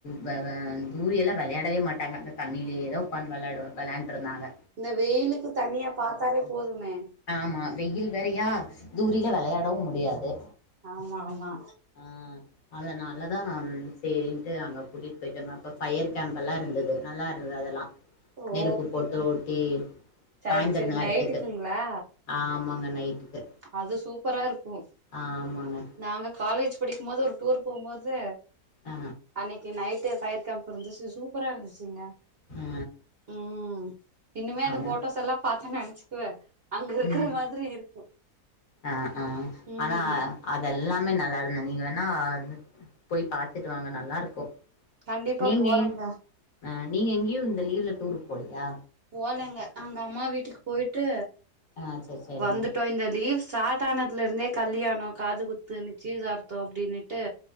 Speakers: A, on the left; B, on the right.
A: ப வ தூரிய எல்லா விளையாடவே மாட்டாங்க அந்த தண்ணில தா உட்காந்து விளையாடுவா விளையாண்ட்டுருந்தாங்க
B: இந்த வெயிலுக்கு தண்ணியா பாத்தாலே போதுமே
A: ஆமாம் வெயில் வேறயா தூரில விளையாடவு முடியாது
B: ஆமா ஆமா
A: ம் அதானல தா சேரின்ட்டு அங்க கூட்டிகிட்டு போயிட்டோங்க அப்ப ஃபயர் கேம் எல்லா இருந்தது நல்லா இருந்து அதெல்லா
B: ஓ
A: நெருப்பு போட்டு ஊட்டி
B: சரி
A: சாய்ந்திர
B: சரி
A: நேரத்துக்கு
B: நைட்டுக்குங்களா
A: ஆமாங்க நைட்டுக்கு
B: அது சூப்பரா இருக்கும்
A: ஆமாங்க
B: நாங்க காலேஜ் படிக்கும் போது ஒரு டூர் போகும்போது
A: ஆ
B: அன்னிக்கு நைட்டு ஃபயர் கம் இருந்துச்சு சூப்பரா இருந்துச்சுங்க
A: ஆ
B: ம் இன்னுமே அந்த
A: ஆமா
B: போட்டோஸ் எல்லா பாத்து நினைச்சுக்குவ அங்க இருக்கிற
A: ம்
B: மாதிரி இருக்கு
A: ஆ ஆ
B: ம்
A: ஆனா அதெல்லாமே நல்லா இருந்த நீங்க வேணா போய் பத்துட்டு வாங்க நல்லா இருக்கும்
B: கண்டிப்பா
A: நீங்க
B: போறேங்க
A: அ நீங்க எங்கேயு இந்த லீவுல டூருக்கு போலயா
B: போலங்க அங்க அம்மா வீட்டுக்கு போயிட்டு
A: ஆ சரி சரிங்க
B: வந்துட்டோ இந்த லீவ் ஸ்டார்ட் ஆனதுலருந்தே கல்யாண காது குத்து நிச்சயதார்த்த அப்டின்ட்டு